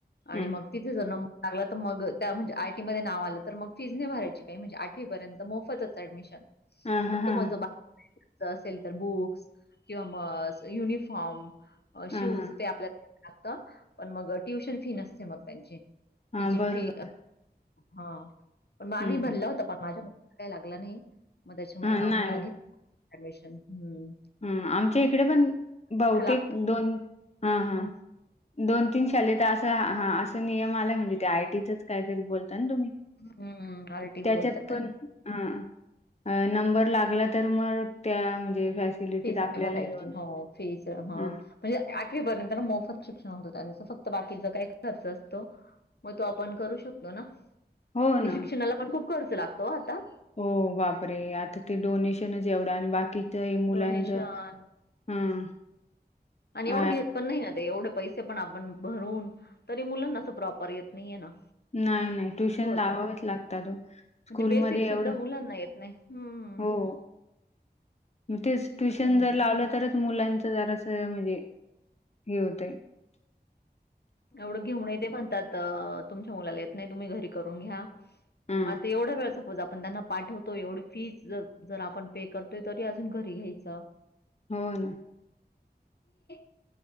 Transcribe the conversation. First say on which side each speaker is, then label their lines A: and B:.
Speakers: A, on the left; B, on the left.
A: आणि
B: हं
A: मग तिथे जर नंबर लागला तर मग त्या म्हणजे आरटीमध्ये नाव आलं तर मग फीज नाही भरायची काही म्हणजे आठवीपर्यंत मोफतच ऍडमिशन
B: हा हा
A: फक्त
B: हा
A: माझं <unintelligible> असेल तर बुक्स. किंवा म युनिफॉर्म,
B: हा
A: शूज
B: हा
A: ते आपल्या आत पण मग ट्युशन फी नसते मग त्यांची.
B: हा
A: टीचिंग
B: बरोबर
A: फी हा पण आम्ही
B: हं
A: भरला होत पण माझ्या काय लागला नाही मग त्याच्यामुळे
B: हा
A: मग आम्हाला
B: नाही
A: घेतलं ऍडमिशन हम्म.
B: हा आमच्या इकडे पण बहुतेक
A: लागतं.
B: दोन हा हा.
A: हं.
B: दोन तीन शाळेत असा हा असा नियम आलाय म्हणजे ते आरटीचंच कायतरी बोलता न तुम्ही,
A: हं. आरटीच
B: त्याच्यात
A: बोलतात त्याला.
B: पण हा नंबर लागला तर मग त्या म्हणजे फॅसिलिटीत
A: फीज नाही
B: आपल्याला
A: भरायची
B: घेऊन
A: हो फीज हं
B: हा
A: म्हणजे आठवीपर्यंत मोफत शिक्षण होत, त्यांच फक्त बाकीचा काही खर्च असतो. मग तो आपण करू शकतो ना,
B: हो
A: आणि
B: ना
A: शिक्षणाला पण खूप खर्च लागतो आता.
B: हो बापरे आता ते डोनेशनच एवढं आणि बाकीच हे मुलांच
A: डोनेशन
B: हा
A: आणि
B: अ
A: एवढं घेत पण नाही ना ते एवढे पैसे पण आपण भरून तरी मुलांनाअसं प्रॉपर येत नाहीये ना.
B: ना नाही ट्युशन
A: असं होतं.
B: लावावेच हो, तोस्कूलमध्ये
A: म्हणजे बेसिक सुद्धा
B: एवढं
A: मुलांना येत नाही. हं.
B: हो. तेच ट्युशन
A: असं होतं.
B: जर लावलं तरचं मुलांच जरास म्हणजे हे होतय.
A: एवढं घेऊन येते म्हणतात. अ तुमच्या मुलाला येत नाही तुम्ही घरी करून घ्या
B: हा
A: मला तर एवढं सगळं रोज आपण त्यांना पाठवतो एवढी फीस ज जर आपण ते करतोय तरी अजून घरी घ्यायच
B: हो ना
A: <unintelligible>